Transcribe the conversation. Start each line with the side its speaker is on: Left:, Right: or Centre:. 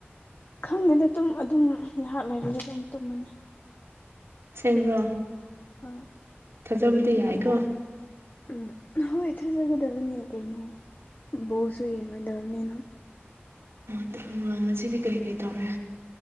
Left: ꯈꯪꯗꯦꯗ ꯑꯗꯨꯝ ꯑꯗꯨꯝ ꯉꯥꯏꯍꯥꯛ ꯂꯩꯔꯗꯤ ꯑꯗꯨꯝ ꯇꯨꯝꯃꯅꯤ
Right: ꯑꯁꯦꯡꯕ꯭ꯔꯣ
Left: ꯍꯣꯏ
Right: ꯊꯥꯖꯕꯗꯤ ꯌꯥꯏꯀꯣ
Left: ꯕꯣ ꯎꯝ ꯍꯣꯏ ꯊꯥꯖꯒꯗꯕꯅꯦ ꯀꯩꯅꯣ ꯕꯣꯜꯁꯨ ꯌꯦꯡꯉꯣꯏꯗꯝꯅꯤꯅ
Right: ꯑꯗꯨ ꯅꯨꯡꯉꯥꯏ ꯉꯁꯤꯗꯤ ꯀꯔꯤ ꯀꯔꯤ ꯇꯧꯔꯦ